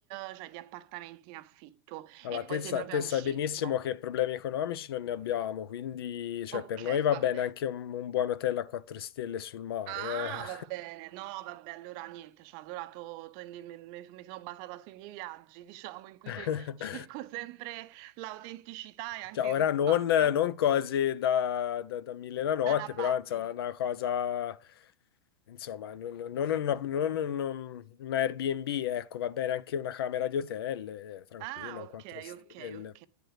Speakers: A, on the right; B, on the left.
A: eh, cioè di appartamenti in affitto
B: Allora,
A: e
B: te,
A: poi sei
B: sa-
A: proprio
B: te
A: al
B: sai
A: centro.
B: benissimo che problemi economici non ne abbiamo, quindi cioè,
A: Ok,
B: per noi va
A: vabbè.
B: bene anche un, un buon hotel a 4 stelle sul mare.
A: Ah, va bene, no, vabbè, allora niente, cioè, allora to- to- mi, mi- mi sono basata sui miei viaggi, <laughs> diciamo, in cui
B: eh.
A: te-
B: <laughs>
A: cerco sempre l'autenticità e anche
B: Cioè, ora
A: il risparmio.
B: non, non cose da, da, da mille la notte,
A: Dana
B: però
A: Babbi.
B: insomma, una cosa. Insomma, non, non- non una, non un- un Airbnb, ecco, va bene anche una camera di hotel, eh, tranquillo,
A: Ah,
B: un
A: ok,
B: 4 stelle.
A: ok, ok.